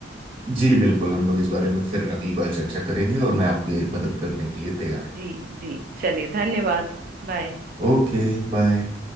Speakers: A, on the right; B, on the right.
A: जी बिल्कुल हम लोग इस बारे
B: जी
A: में फिर अगली बार चर्चा करेंगे और मैं आपकी मदद करने के लिए तैयार
B: जी जी चलिए धन्यवाद बाय
A: हूँ। Okay bye